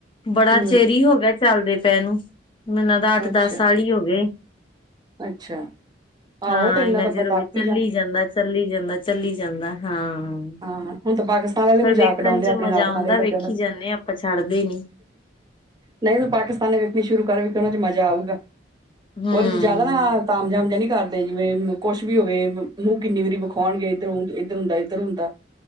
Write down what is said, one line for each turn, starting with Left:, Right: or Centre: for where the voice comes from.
Left: ਬੜਾ
Right: ਹੂੰ
Left: ਚੇਰੀ ਹੋ ਗਿਆ ਚੱਲਦੇ ਪਏ ਨੂੰ ਮੈਨੂੰ ਲਗਦਾ ਤਾਂ ਅੱਠ
Right: ਅੱਛਾ
Left: - ਦਸ ਸਾਲ ਹੀ ਹੋ ਗਏ
Right: ਅੱਛਾ ਆਹੋ
Left: ਹਾਂ,
Right: ਤੇ ਇੰਨਾ
Left: ਇਹਨਾ
Right: ਤਾਂ
Left: ਚਿਰ
Right: ਬੰਦਾ ਅੱਕ
Left: ਚੱਲੀ ਹੀ ਜਾਂਦਾ ਚੱਲੀ ਜਾਂਦਾ, ਚੱਲੀ ਜਾਂਦਾ, ਹਾਂ,
Right: ਹਾਂ ਹੁਣ, ਤਾਂ ਪਾਕਿਸ ਐਵੇ
Left: ਪਰ
Right: ਮਜ਼ਾਕ
Left: ਵੇਖਣ
Right: ਉਡਾਉਂਦੇ
Left: ਚ
Right: ਆ, ਆਪਣੇ
Left: ਮਜ਼ਾ
Right: ਨਾਟਕਾਂ
Left: ਆਉਂਦਾ
Right: ਦੇ ਇਧਰ
Left: ਵੇਖੀ
Right: ਦੇ ਦਾ
Left: ਜਾਂਦੇ ਆ ਆਪਾਂ ਛੱਡਦੇ ਨੀ
Right: ਨਹੀਂ ਤੂੰ ਪਾਕਿਸਤਾਨ ਨੇ ਵੇਖਣੀ ਸ਼ੁਰੂ ਕਰ, ਵੇਖ ਉਹਨਾ ਚ ਮਜ਼ਾ ਆਊਗਾ,
Left: ਹੂੰ
Right: ਉਹਦੇ ਚ ਜ਼ਿਆਦਾ ਨਾ, ਤਾਮ ਜਾਮ ਜਾ ਨੀ ਕਰਦੇ ਜਿਵੇ, ਕੁਛ ਵੀ ਹੋਵੇ ਮੂੰਹ ਕਿੰਨੀ ਵਾਰੀ ਵਿਖਾਉਣਗੇ, ਇੱਧਰ -ਇੱਧਰ ਹੁੰਦਾ ਇੱਧਰ ਹੁੰਦਾ।